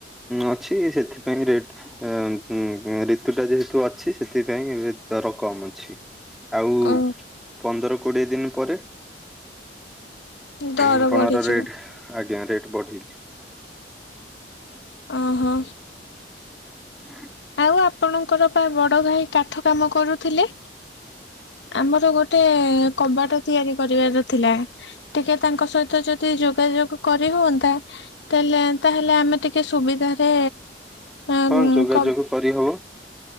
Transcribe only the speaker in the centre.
ଅଛି ସେଥିପାଇଁ ରେଟ୍ ଅ ଉଁ ଉଁ ଋତୁ ଟା ଯେହେତୁ ଅଛି ସେଥିପାଇଁ ଦର କମ୍ ଅଛି। ଆଉ
ପନ୍ଦର କୋଡିଏ ଦିନ ପରେ
ଆପଣର
ରେଟ ଆଜ୍ଞା ରେଟ୍ ବଢିଯି
<inaudible>
ମିଛ କଥା।
ହଁ
ଯୋଗାଯୋଗ କରିହବ।